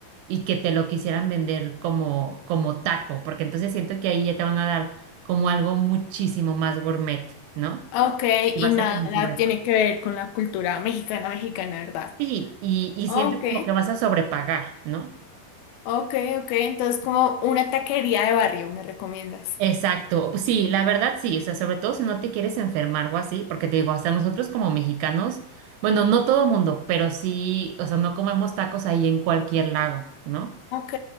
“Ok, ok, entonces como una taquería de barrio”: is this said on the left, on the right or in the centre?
Left